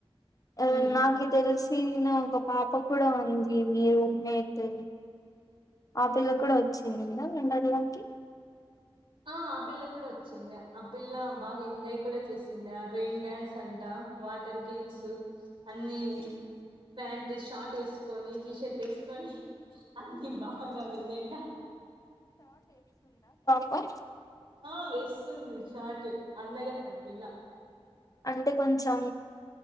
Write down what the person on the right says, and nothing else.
ఉమ్.
ఆ ఆపిల్లో కూడా వచ్చిడి ఆపిల్ల బాగా ఎంజాయ్ కూడా చేసి చి రైన్ డాన్స్ అంటా వాటర్ గేమ్స్ అన్ని ప్యాంట్ షార్ట్ వేసుకొని టీ షర్ట్ వేసుకొని అన్ని బాగా వెళ్ళడా
ఆ వేస్తుంది షార్ట్ అందగత్తే ఆపిల్ల